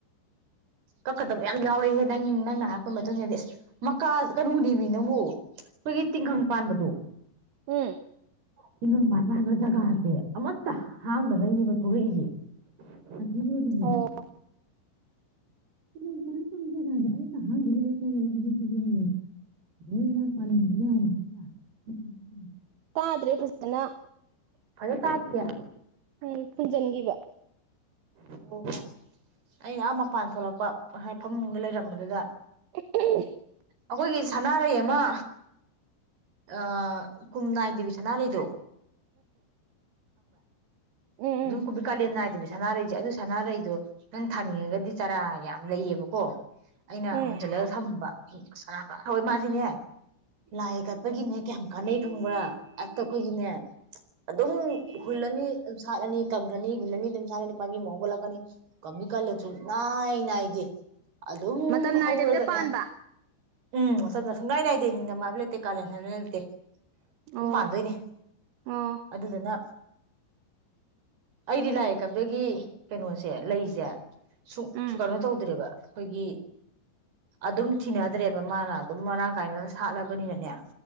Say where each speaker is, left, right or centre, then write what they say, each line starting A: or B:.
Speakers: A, on the right (about 55°); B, on the right (about 75°).
A: ꯀꯛꯀꯗꯕ ꯌꯥꯝ ꯌꯥꯎꯔꯦꯍꯦ ꯅꯪ ꯅꯪꯅ ꯍꯥꯢꯔꯛꯄ ꯃꯇꯨꯡꯏꯟꯅꯗꯤ ꯃꯀꯥ ꯀꯅꯣꯅꯦꯃꯤ ꯅꯪꯕꯣ ꯑꯩꯈꯣꯏꯒꯤ ꯇꯤꯡꯈꯪ ꯄꯥꯟꯕꯗꯣ
B: ꯎꯝ
A: ꯇꯤꯡꯈꯪ ꯄꯥꯟ ꯄꯥꯟꯕ ꯖꯒꯥꯁꯦ ꯑꯃꯠꯇ ꯍꯥꯡꯗꯒꯩꯅꯦꯕ ꯊꯣꯛꯂꯛꯏꯁꯦ ꯚꯤꯗꯤꯌꯣꯒꯤꯅꯦ
B: ꯑꯣ
A: ꯑꯍ <unintelligible>
B: ꯇꯗ꯭ꯔꯦ ꯐꯖꯟꯅ
A: ꯐꯖꯟ ꯇꯗꯤꯌꯦ
B: ꯎꯝ ꯐꯨꯟꯖꯤꯟꯒꯤꯕ
A: ꯑꯣ ꯑꯩ ꯑ ꯃꯄꯥꯟ ꯊꯣꯛꯂꯛ ꯍꯏ ꯐꯃꯨꯡꯗ ꯂꯩꯔꯝꯕꯗꯨꯗ
B: <unintelligible>
A: ꯑꯩꯈꯣꯏꯒꯤ ꯁꯅꯥꯔꯩ ꯑꯃ ꯑ ꯀꯨꯝ ꯅꯏꯗꯕꯤ ꯁꯅꯥꯔꯩꯗꯣ
B: ꯎꯝ
A: ꯑꯗꯨꯨꯝ
B: ꯎꯝ
A: ꯀꯕꯤ ꯀꯥꯂꯦꯟ ꯅ ꯉꯥꯏꯗꯕꯤ ꯁꯥꯟꯅꯥꯔꯩꯁꯦ ꯑꯗꯨ ꯁꯥꯟꯅꯔꯩꯗꯣ ꯅꯪ ꯊꯥꯅꯤꯡꯉꯒꯗꯤ ꯆꯥꯔꯥ ꯌꯝ ꯂꯩꯌꯦꯕꯀꯣ ꯑꯩꯅ
B: ꯎꯝ
A: ꯍꯨꯟꯖꯤꯜꯂꯒ ꯊꯝꯕ ꯑꯔꯥꯕ ꯍꯣꯏ ꯃꯗꯤꯅꯦ ꯂꯥꯏ ꯀꯠꯄꯒꯤꯅꯦ ꯀꯌꯥꯝ ꯀꯥꯟꯅꯩ ꯈꯪꯕ꯭ꯔꯥ ꯑꯇ ꯑꯩꯈꯣꯏꯒꯤꯅꯦ ꯑꯗꯨꯝ ꯍꯨꯜꯂꯅꯤ ꯑꯅꯤ ꯀꯪꯒꯅꯤ ꯍꯨꯜꯂꯅꯤ ꯑꯗꯨꯝ ꯁꯥꯠꯂꯅꯤ ꯄꯥꯝꯕꯤ ꯑꯃ ꯍꯧꯒꯠꯂꯛꯀꯅꯤ ꯀꯝꯃꯤ ꯀꯂꯦꯟꯁꯨꯛꯅꯥꯏ ꯅꯥꯏꯗꯦ ꯑꯗꯨꯝ
B: ꯃꯇꯝ ꯅꯥꯏꯗꯕꯤꯗ
A: ꯍꯧꯔꯒꯅꯦ
B: ꯄꯥꯟꯕ
A: ꯑꯝ ꯃꯇꯝꯁꯨꯡꯅꯏ ꯅꯥꯏꯗꯦ ꯅꯤꯡꯗꯝ ꯍꯥꯏꯕ ꯂꯩꯇꯦ ꯀꯂꯦꯟ ꯍꯥꯏꯕ ꯂꯩꯇꯦ ꯑꯗꯨꯝ
B: ꯑꯣ
A: ꯄꯥꯟꯗꯣꯏꯅꯦ
B: ꯑꯣ
A: ꯑꯗꯨꯗꯨꯅ ꯑꯩꯗꯤ ꯂꯥꯏ ꯀꯛꯄꯒꯤ ꯀꯩꯅꯣꯁꯦ ꯂꯩꯁꯦ ꯁꯨꯡ
B: ꯎꯝ
A: ꯁꯨ ꯀꯩꯅꯣ ꯇꯧꯗ꯭ꯔꯦꯕ ꯑꯩꯈꯣꯏꯒꯤ ꯑꯗꯨꯝ ꯊꯤꯅꯗ꯭ꯔꯦꯕ ꯃꯥꯅ ꯑꯗꯨꯝ ꯃꯔꯥꯡ ꯀꯥꯏꯅ ꯁꯥꯠꯂꯕꯅꯤꯅꯅꯦ